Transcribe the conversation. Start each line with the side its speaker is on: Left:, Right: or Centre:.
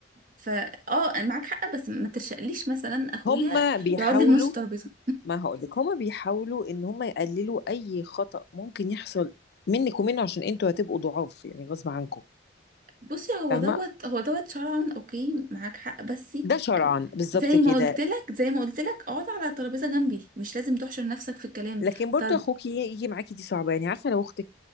Right: ف اه انا معاك حق بس ما ترشقليش مثلا اخويا
Left: هما بيحاولوا
Right: يقعد لي في نص الترابيزة
Left: ما هقولك هما بيحاولوا ان هما يقللوا اي خطأ ممكن يحصل منك ومنه عشان انتوا هتبقوا ضعاف يعني غصب عنكم
Right: بصي هو
Left: فاهمة
Right: دوت هو دوت شرعا اوكي معاك حق بس
Left: ده شرعا بالظبط
Right: زي
Left: كده
Right: ما قلت لك زي ما قلت لك اقعد على الترابيزه جنبي مش لازم تحشر نفسك في الكلام
Left: لكن برضو
Right: طب
Left: اخوكي يجي معاكي دي صعبة يعني عارفة لو اختك